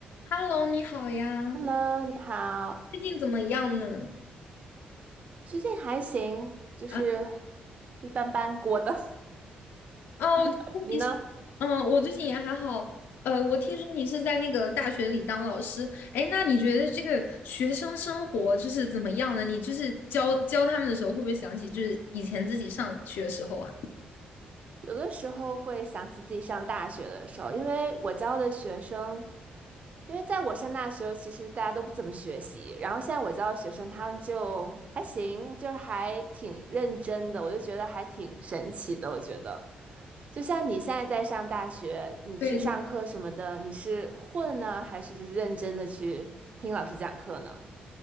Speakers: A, on the left; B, on the right.
A: Hello，你好呀，
B: Hello，你好，
A: 最近怎么样呢？
B: 最近还行，就是
A: 啊，
B: 一般般过的。
A: 哦，
B: <laughs> 你呢？
A: 嗯，我最近也还好。呃，我听说你是在那个大学里当老师，哎，那你觉得这个学生生活就是怎么样呢？你就是教教他们的时候，会不会想起就是以前自己上学的时候啊？
B: 有的时候会想起自己上大学的时候，因为我教的学生，因为在我上大学，其实大家都不怎么学习，然后现在我教的学生，他们就还行，就是还挺认真的，我就觉得还挺神奇的。我觉得，就像你现在在上大学，你去上课什么的，
A: 对。
B: 你是混呢，还是就是认真的去听老师讲课呢？